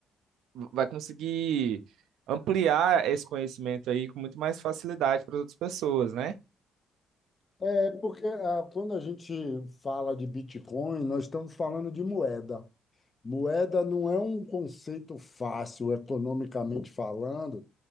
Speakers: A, on the right; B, on the left.
A: vai conseguir ampliar esse conhecimento aí com muito mais facilidade para as outras pessoas, né?
B: É porque ah, quando a gente fala de Bitcoin, nós estamos falando de moeda. Moeda não é um conceito fácil, economicamente falando,